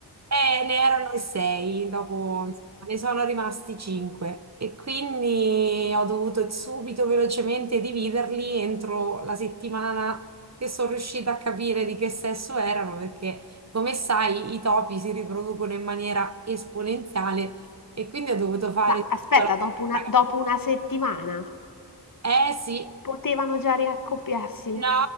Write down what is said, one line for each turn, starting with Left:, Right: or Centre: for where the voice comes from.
Right: eh, ne erano in sei, dopo insomma, ne sono rimasti cinque e quindi ho dovuto subito velocemente dividerli entro la settimana che sono riuscita a capire di che sesso erano, perché come sai i topi si riproducono in maniera esponenziale e quindi ho dovuto fare
Left: Ma
Right: subito
Left: aspetta,
Right: la seconda
Left: dopo una, dopo
Right: gabbia.
Left: una settimana
Right: Eh sì.
Left: potevano già riaccoppiarsi.
Right: No,